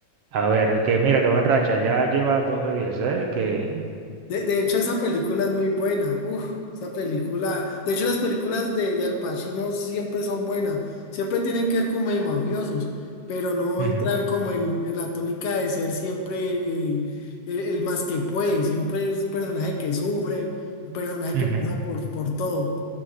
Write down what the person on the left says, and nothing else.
De, de hecho, esa película es muy buena. Uf, esa película. De hecho, las películas de, de Al Pacino siempre son buenas. Siempre tienen que ver como de mafiosos, pero no
entran como en, en la tónica de ser siempre eh, el, el más que puede. Siempre es un personaje que sufre, un personaje
que pasa por, por todo.